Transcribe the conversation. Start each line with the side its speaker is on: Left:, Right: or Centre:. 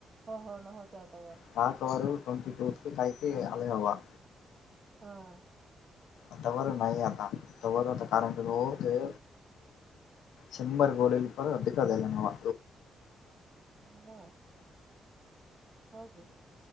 Right: हो हो. न होते आता वर.
Left: <unintelligible> हवा.
Right: आ..
Left: आता व नाही आता तवर, आता कारण काय ओ ते. शंभर गोल्यांनी पर देख झाले नवा
Right: मग हो की